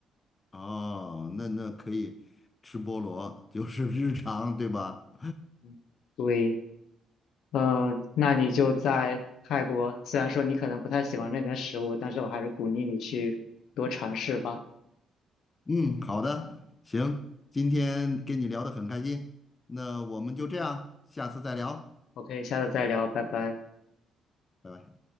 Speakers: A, on the left; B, on the left.
A: 哦，那那可以吃菠萝，就是日常，对吧？
B: 嗯。对，嗯，那你就在泰国，虽然说你可能不太喜欢那边食物，但是我还是鼓励你去多尝试吧。
A: 嗯，好的，行，今天跟你聊的很开心，那我们就这样，下次再聊。
B: OK，下次再聊，拜拜。
A: 拜拜。